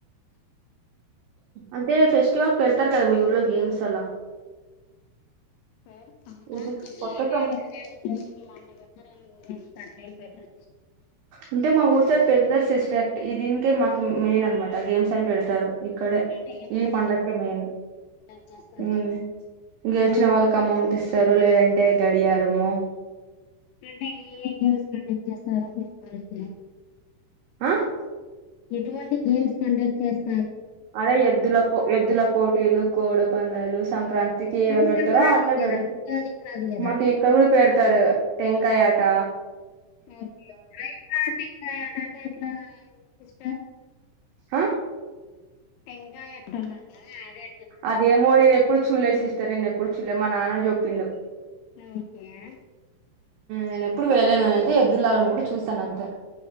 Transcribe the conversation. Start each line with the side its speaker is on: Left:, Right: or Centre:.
Right: అంటే ఫెస్టివల్ పెడతారు కదా. మీ ఊర్లో గేమ్స్ అలా
Left: హై సంక్రాంతికి
Right: ఇది కొత్త
Left: ఎలా
Right: సం
Left: వియకచతికి ఎలాంటి పెటారండి కట్నలు పెట్ట
Right: అంటే మా ఊరు సారి పెడదారు సిస్ చాట్ ఇది ఇంకే మాకి, మెయిన్ అన్నమాట గేమ్స్ అని పెడతారు. ఇక్కడే
Left: అంటే ఎటువంటి
Right: ఈ పండకే మెయిన్
Left: గిఫ్ట్స్ కండక్ట్ చేస్తారు
Right: హమ్ గెలిచిన వాళ్ళకి అమౌంట్ యిస్తారు లేదంటే గడియారమో
Left: అంటే ఏ ఏ గేమ్స్ కండక్ట్ చేస్తారు హ్
Right: ఆహ్
Left: ఎటువంటి గేమ్స్ కండక్ట్ చేస్తార్
Right: అదే ఎద్దుల పో ఎద్దుల పోటీలు కోడి పందాలు సంక్రాంతి తికి ఎలా
Left: అవి
Right: పెడతారో
Left: సంక్రాంతికి
Right: అట్లా
Left: కదా
Right: పెడతరు
Left: ఉగాదికి కాదు కదా
Right: మాకు ఇక్కడ కూడా పెడతారు టెంకాయ ట
Left: ఓ కంటే ఎట్లా సిస్టర్
Right: ఆహ్
Left: టెంకాయ ఎట్టన్నారు అదే
Right: అదేమో నేను ఎప్పుడు చూల్లె సిస్టర్, నేను ఎప్పుడు చూల్లె, మా నాన్న చొప్పిండు.
Left: లవ్ క్యాయా
Right: నేను ఎప్పుడు వెళ్ళలేదు నేను అయితే ఎద్దులు లాగడం కూడా చూసాను అంతే